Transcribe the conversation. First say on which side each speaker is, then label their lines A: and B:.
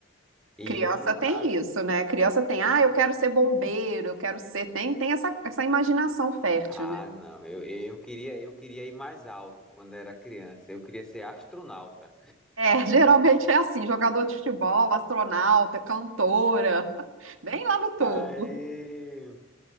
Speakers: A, in the centre; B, on the right.
A: E
B: Criança
A: eu, no
B: tem
A: caso,
B: isso, né? Criança tem, ah, eu quero ser bombeiro, eu quero ser. Tem, tem essa, essa imaginação fértil,
A: ah,
B: né?
A: não, eu, eu queria, eu queria ir mais alto quando era criança, eu queria ser astronauta.
B: É, <laughs> geralmente é assim: jogador de futebol, astronauta, cantora, <laughs> bem lá no topo.
A: Aí